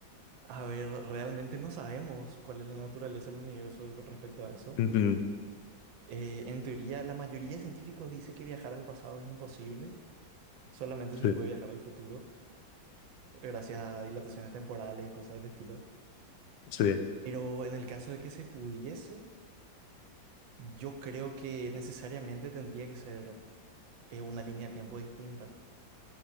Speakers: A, on the right (about 85°); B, on the left (about 75°).
A: A ver, realmente no sabemos cuál es la naturaleza del universo con respecto a eso.
B: Ujú,
A: Eh, en teoría, la mayoría de científicos dice que viajar al pasado es imposible, solamente se
B: Sí,
A: puede viajar al futuro, gracias a dilataciones temporales y cosas del estilo.
B: sí,
A: Pero en el caso de que se pudiese, Yo creo que necesariamente tendría que ser eh, una línea de tiempo distinta,